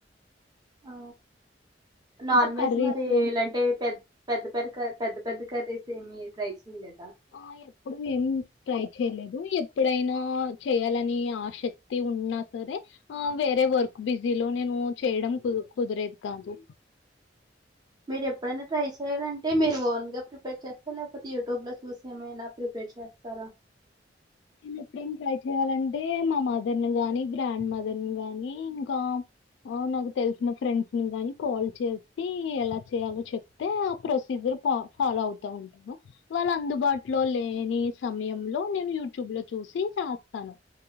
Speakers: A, on the right; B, on the left.
A: ఆ నాన్
B: ఇంకా
A: వెజ్
B: కర్రీస్
A: మరి ఇలాంటి పెద్ద పెద్ద పెద్ద పెద్ద పెద్ద కర్రీస్ ఏమి ట్రై చేయలే
B: ఆ ఎప్పుడు ఏం ట్రై చేయలేదు ఎప్పుడైనా చేయాలని ఆసక్తి ఉన్నా సరే, ఆ వేరే వర్క్ బిజీలో నేను చేయడం కు కుదరేది కాదు
A: మీరు ఎప్పుడైనా ట్రై చేయాలంటే మీరు ఓన్గా ప్రిపేర్ చేస్తారు లేకపోతే, యూట్యూబ్ లో చూసి ఏమైనా ప్రిపేర్ చేస్తారా
B: నేను ఎప్పుడేం ట్రై చేయాలంటే, మా మదర్ని గాని, గ్రాండ్ మదర్ని గాని, ఇంకా నాకు తెలిసిన ఫ్రెండ్స్ని గాని కాల్ చేసి ఎలా చేయాలో చెప్తే ఆ ప్రొసీజర్ ఫాలో అవుతా ఉంటాను వాళ్ళ అందుబాటులో లేని సమయంలో నేను యు చుభలో చూసి రాతాను